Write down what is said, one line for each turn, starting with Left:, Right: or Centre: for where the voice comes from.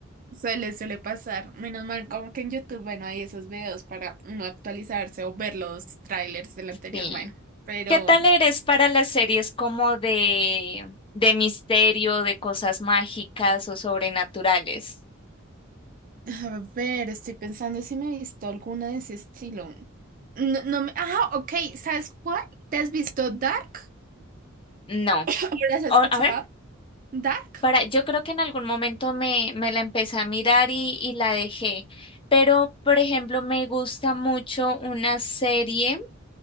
Right: suele, suele pasar. Menos mal, como que en YouTube, bueno, hay esos videos para uno actualizarse o ver los trailers del anterior.
Left: Sí.
Right: Bueno, pero
Left: ¿Qué tal eres para las series como de, de misterio, de cosas mágicas o sobrenaturales?
Right: a ver, estoy pensando si me he visto alguna de ese estilo. No, no me... Ah, ok, ¿sabes cuál? ¿Te has visto Dark?
Left: No.
Right: ¿O ¿Las has
Left: O-
Right: escuchado?
Left: a ver,
Right: ¿Dark?
Left: para, yo creo que en algún momento me, me la empecé a mirar y, y la dejé. Pero, por ejemplo, me gusta mucho una serie,